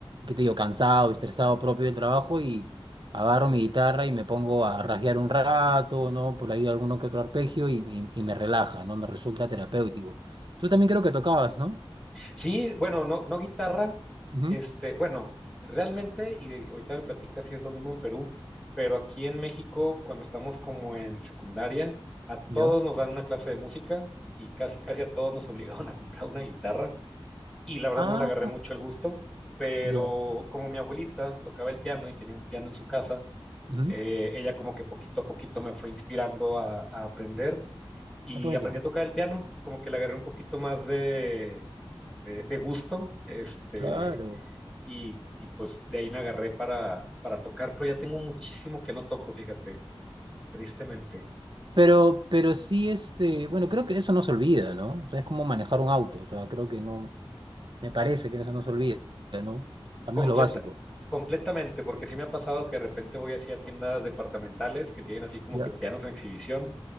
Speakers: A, on the right; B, in the centre.
A: ¿qué te digo?, cansado, estresado propio del trabajo y agarro mi guitarra y me pongo a rasguear un rato, ¿no? Por ahí alguno que otro arpegio y, y- y me relaja, ¿no? Me resulta terapéutico. Tú también creo que tocabas, ¿no?
B: Sí, bueno, no, no guitarra.
A: Ujú,
B: Este, bueno, realmente, y ahorita me platicas si es lo mismo en Perú, pero aquí en México, cuando estamos como en secundaria, a todos
A: Ya.
B: nos dan una clase de música y casi, casi a todos nos <laughs> obligaron a comprar una guitarra. y la verdad
A: Ah,
B: no le agarré mucho el gusto, pero
A: ya.
B: como mi abuelita tocaba el piano y tenía un piano en su casa,
A: Ujú.
B: eh, ella como que poquito a poquito me fue inspirando a, a aprender y
A: Ah, qué bonito.
B: aprendí a tocar el piano, como que le agarré un poquito más de, de, de gusto, este,
A: Claro.
B: y, y pues de ahí me agarré para, para tocar, pero ya tengo muchísimo que no toco, fíjate, tristemente.
A: Pero, pero sí, este, bueno, creo que eso no se olvida, ¿no? O sea, es como manejar un auto. O sea, creo que no, me parece que eso no se olvida, ¿no? Al
B: Completa,
A: menos lo básico.
B: completamente, porque sí me ha pasado que de repente voy así a tiendas departamentales que tienen así como
A: Ya,
B: que pianos en exhibición